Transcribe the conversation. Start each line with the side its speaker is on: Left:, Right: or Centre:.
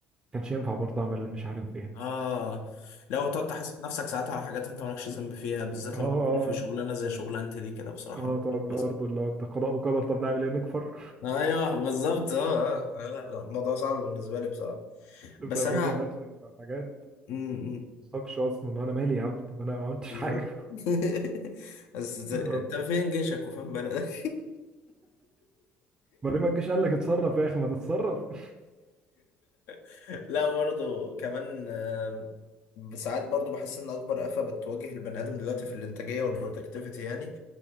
Right: كانش ينفع برضه اعمل مش عارف ايه
Left: اه لو تقعد تحاسب نفسك ساعات على حاجات انت مالكش ذنب فيها بالذات
Right: اه
Left: لما تكون
Right: اه
Left: في شغلانه زي شغلانتي دي كده بصراحه
Right: اه تقعد
Left: بتبقى
Right: بقى
Left: صعبة.
Right: برضه اللي هو ده قضاء وقدر طب نعمل ايه نكفر
Left: ايوه بالظبط اه اه آه. لا لا الموضوع صعب بالنسبه لي بصراحه
Right: <laughs> تبدأ
Left: بس
Right: تواجه
Left: انا
Right: نفسك مع حاجات
Left: م- م.
Right: مالكش اصلا اللي هو انا مالي يا عم طب انا ما عملتش
Left: بالظبط
Right: حاجة
Left: <laughs> بس
Right: <laughs>
Left: ت-
Right: اه
Left: انت فين جيشك وفين بلدك
Right: بعدين ما تجيش قال لك اتصرف يا اخي ما تتصرف <laughs>
Left: <laughs> لا برضو كمان آم، ساعات برضو بحس ان اكبر آفة بتواجه البني ادم دلوقتي في الانتاجيه والبرودكتيفيتي يعني